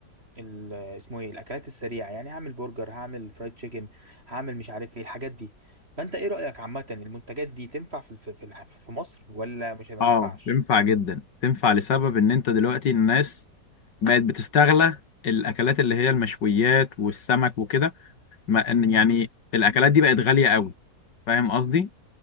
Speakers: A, on the right; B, on the left.
A: ال اسمه ايه الاكلات السريعه يعني هعمل برجر هعمل فرايد تشيكن هعمل مش عارف ايه الحاجات دي فانت ايه رايك عامه المنتجات دي تنفع في في في الح- في مصر ولا مش ما
B: اه
A: تنفعش
B: تنفع جدا تنفع لسبب ان انت دلوقتي الناس بقت بتستغلى الاكلات اللي هي المشويات والسمك وكده ما إن- يعني الاكلات دي بقت غاليه قوي فاهم قصدي